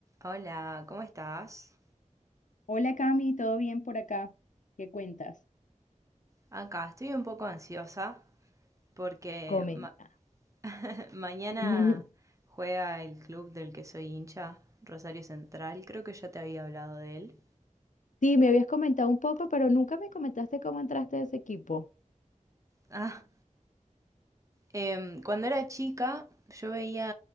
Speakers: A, on the right; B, on the left.
A: Hola, ¿cómo estás?
B: Hola Cami, ¿todo bien por acá? ¿Qué cuentas?
A: Acá estoy un poco ansiosa porque
B: Comenta.
A: ma- <laughs> mañana
B: <laughs> Ujú.
A: juega el club del que soy hincha, Rosario Central. Creo que ya te había hablado de él.
B: Sí, me habías comentado un poco, pero nunca me comentaste cómo entraste a ese equipo.
A: Ah, em, cuando era chica, yo veía